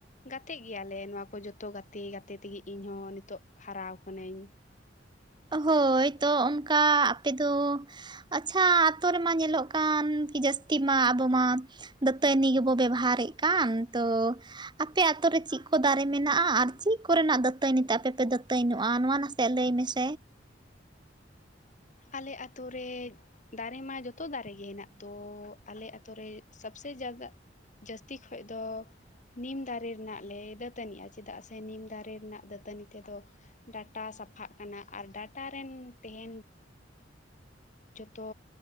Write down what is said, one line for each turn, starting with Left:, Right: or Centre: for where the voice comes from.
Left: ᱜᱟᱛᱮ ᱜᱮᱭᱟᱞᱮ ᱱᱚᱣᱟ ᱠᱚ ᱡᱚᱛᱚ ᱜᱟᱛᱮ ᱜᱟᱛᱮ ᱛᱮᱜᱮ ᱤᱧᱦᱚᱸ ᱱᱤᱛᱚᱜ ᱦᱟᱨᱟ ᱟᱠᱟᱹᱱᱟᱹᱧ
Right: ᱦᱳᱭ ᱛᱚ ᱚᱱᱠᱟ ᱟᱯᱮᱫᱚ ᱟᱪᱷᱟ ᱟᱛᱳ ᱨᱮᱢᱟ ᱧᱮᱞᱚᱜ ᱠᱟᱱ ᱠᱤ ᱡᱟᱹᱥᱛᱤ ᱢᱟ ᱟᱵᱚ ᱢᱟ ᱫᱟᱹᱛᱟᱹᱱᱤ ᱜᱮᱵᱚ ᱵᱮᱵᱚᱦᱟᱨᱮᱫ ᱠᱟᱱ ᱛᱚ ᱟᱯᱮ ᱟᱛᱳ ᱨᱮ ᱪᱮᱫ ᱠᱚ ᱫᱟᱨᱮ ᱢᱮᱱᱟᱜᱼᱟ ᱟᱨ ᱪᱮᱫ ᱠᱚᱨᱮᱱᱟᱜ ᱫᱟᱹᱛᱟᱹᱱᱤ ᱛᱮ ᱟᱯᱮᱯᱮ ᱫᱟᱹᱛᱟᱹᱱᱤᱚᱜᱼᱟ ᱱᱚᱣᱟ ᱱᱟᱥᱮᱭᱟᱜ ᱞᱟᱹᱭ ᱢᱮᱥᱮ
Left: ᱟᱞᱮ ᱟᱛᱳ ᱨᱮ ᱫᱟᱨᱮ ᱢᱟ ᱡᱚᱛᱚ ᱫᱟᱨᱮ ᱜᱮ ᱦᱮᱱᱟᱜ ᱛᱚ ᱟᱞᱮ ᱟᱛᱩᱨ ᱨᱮ ᱥᱚᱵᱥᱮ <unintelligible> ᱡᱟᱹᱥᱛᱤ ᱠᱷᱚᱡ ᱫᱚ ᱱᱤᱢ ᱫᱟᱨᱮ ᱨᱮᱱᱟᱜ ᱞᱮ ᱫᱟᱹᱛᱟᱹᱱᱤᱜᱼᱟ ᱪᱮᱫᱟᱜ ᱥᱮ ᱱᱤᱢ ᱫᱟᱨᱮ ᱨᱮᱱᱟᱜ ᱫᱟᱹᱛᱟᱹᱱᱤ ᱛᱮᱫᱚ ᱰᱟᱴᱟ ᱥᱟᱯᱷᱟᱜ ᱠᱟᱱᱟ ᱟᱨ ᱰᱟᱴᱟ ᱨᱮᱱ ᱛᱟᱦᱮᱱ ᱡᱚᱛᱚ